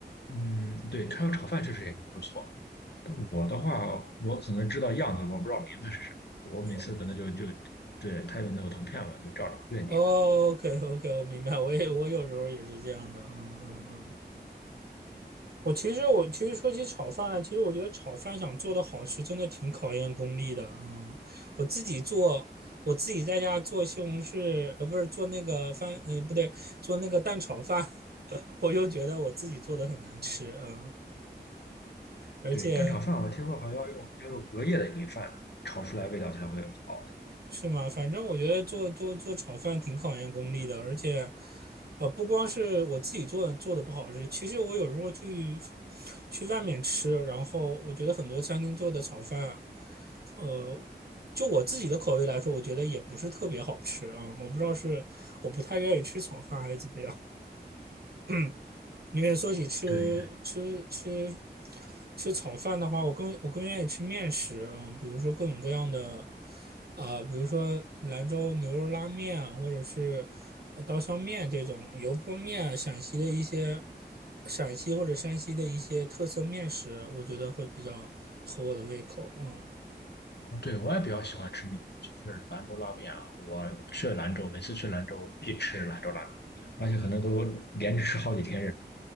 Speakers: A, on the left; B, on the right.
A: 嗯，对，他要炒饭确实也不错。我的话，我可能知道样子，我不知道名字是啥。我每次可能就就
B: 哦
A: 对他有那个图片嘛，就照着图片点。
B: o k OK，我明白，我也我有时候也是这样的，嗯嗯嗯。我其实我其实说起炒饭来，其实我觉得炒饭想做的好吃，真的挺考验功力的，嗯。我自己做，我自己在家做西红柿，呃，不是做那个饭，呃，不对，做那个蛋炒饭，<laughs> 我就觉得我自己做的很难吃，嗯。而且
A: 对，蛋炒饭我听说好像要用要用隔夜的米饭炒出来味道才会好的。
B: 是吗？反正我觉得做做做炒饭挺考验功力的，而且，呃，不光是我自己做做的不好吃，其实我有时候去去外面吃，然后我觉得很多餐厅做的炒饭，呃，就我自己的口味来说，我觉得也不是特别好吃啊。我不知道是我不太愿意吃炒饭还是怎么样。<clears throat> 因为说起吃吃吃
A: 对，
B: 吃炒饭的话，我更我更愿意吃面食，嗯，比如说各种各样的，啊、比如说兰州牛肉拉面啊，或者是呃刀削面这种油泼面，陕西的一些陕西或者山西的一些特色面食，我觉得会比较合我的胃口，嗯。
A: 对，我也比较喜欢吃面，就是兰州拉面啊。我去兰州，每次去兰州必吃兰州拉面，而且可能都连着吃好几天